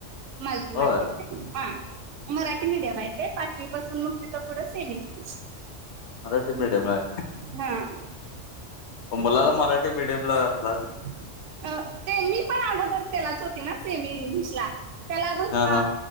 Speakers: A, on the right (about 75°); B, on the left (about 70°).
A: मालती माने
B: होय
A: विद्यालय. हां. मराठी मीडियम आहे ते. पाचवी पासून मग तिथं पुढं सेमी इंग्लिश आहे.
B: मराठी मीडियम आहे का?
A: हां.
B: मुलाला मराठी मिडीयमला घातला का?
A: अ ते मी पण अगोदर त्यालाच होती ना? सेमी इंग्लिश ला. त्याला अजून
B: हा
A: पाहा.
B: हा